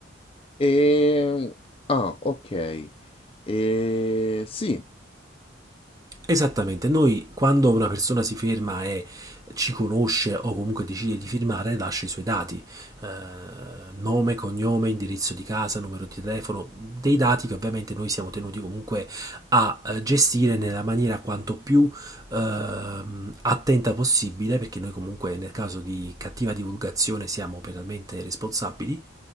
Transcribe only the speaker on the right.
Esattamente, noi quando una persona si ferma e ci conosce o comunque decide di firmare, lascia i suoi dati, eh, nome, cognome, indirizzo di casa, numero di telefono, dei dati che ovviamente noi siamo tenuti comunque a eh, gestire nella maniera quanto più eh, attenta possibile, perché noi comunque nel caso di cattiva divulgazione siamo penalmente responsabili